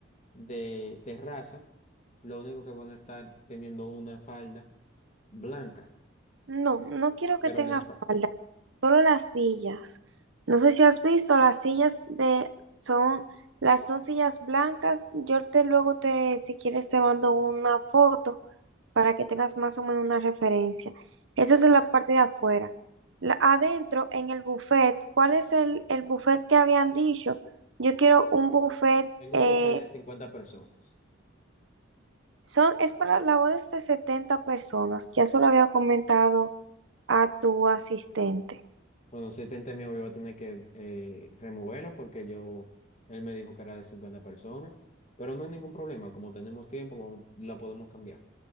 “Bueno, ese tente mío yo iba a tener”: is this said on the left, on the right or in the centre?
Left